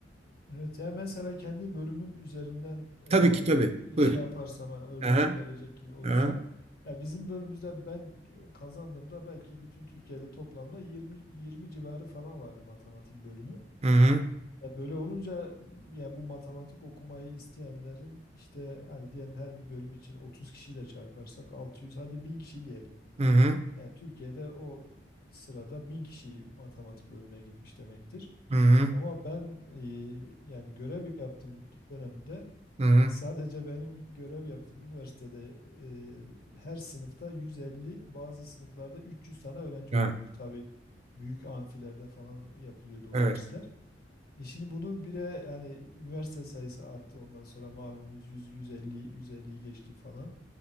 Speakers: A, on the left; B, on the right.
A: evet yani mesela kendi bölümüm üzerinden
B: Tabii ki tabii.
A: e,
B: Buyurun.
A: şey yaparsam hani örnek
B: Aha,
A: verecek gibi olursam
B: aha.
A: ya bizim bölümümüzde ben e, kazandığımda belki bütün Türkiye'de toplamda 20 20 civarı falan vardı matematik bölümü.
B: Hı hı,
A: Ya böyle olunca ya bu matematik okumayı isteyenlerin işte hani diyelim her bir bölüm için 30 kişiyle çarparsak 600 hadi 1000 kişi diyelim.
B: hı hı,
A: Yani Türkiye'de o sırada bin kişi matematik bölümüne gitmiş demektir.
B: hı hı,
A: Ama ben e, yani görev yaptığım dönemde
B: hı hı.
A: sadece benim görev yaptığım üniversitede e, her sınıfta 150 bazı sınıflarda 300 tane öğrenci
B: Ha,
A: oluyordu. Tabii büyük amfilerde falan yapılıyordu
B: evet,
A: o dersler. E şimdi bunu bile yani üniversite sayısı arttı ondan sonra malumunuz 100, 150, 150 geçti falan.